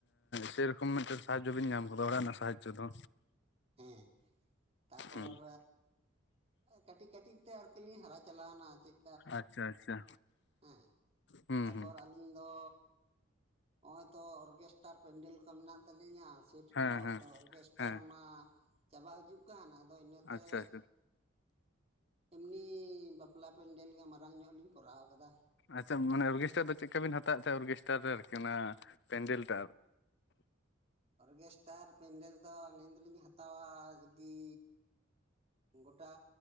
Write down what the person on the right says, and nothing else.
ᱦᱮᱸ ᱛᱟᱯᱚᱨ
ᱠᱟᱹᱴᱤᱡ ᱠᱟᱹᱴᱤᱡ ᱛᱮ ᱟᱨᱠᱤ ᱞᱤᱧ ᱦᱟᱨᱟ ᱪᱟᱞᱟᱣᱮᱱᱟ ᱪᱮᱫ
ᱚᱸᱜ
ᱛᱟᱯᱚᱨ
ᱟᱹᱞᱤᱧ ᱫᱚ ᱦᱚᱜᱼᱚᱭ ᱛᱚ ᱚᱨᱠᱮᱥᱴᱟᱨ ᱯᱮᱱᱰᱮᱞ ᱠᱚ ᱢᱮᱱᱟᱜ ᱛᱟᱹᱞᱤᱧᱟ, ᱥᱮ ᱪᱚᱠᱚ
ᱟᱫᱚ ᱚᱨᱠᱮᱥᱴᱟᱨ
ᱢᱟ ᱪᱟᱵᱟ ᱦᱤᱡᱩᱜ ᱠᱟᱱ ᱟᱫᱚ ᱤᱱᱟᱹᱛᱮ
ᱮᱢᱱᱤ ᱵᱟᱯᱞᱟ ᱯᱮᱱᱰᱮᱞ ᱜᱮ ᱢᱟᱨᱟᱝ ᱧᱚᱜ ᱞᱤᱧ ᱠᱚᱨᱟᱣ ᱠᱟᱫᱟ᱾
ᱚᱨᱜᱮᱥᱴᱟᱨ ᱯᱮᱱᱰᱮᱞ ᱫᱚ ᱟᱹᱞᱤᱧ ᱫᱚᱞᱤᱧ ᱦᱟᱛᱟᱣᱟ ᱡᱩᱫᱤ ᱜᱚᱴᱟ